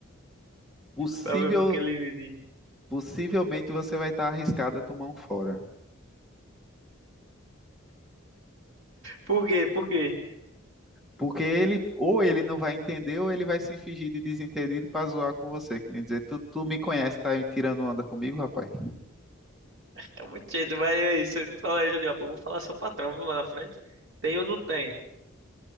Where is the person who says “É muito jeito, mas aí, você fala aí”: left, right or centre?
Right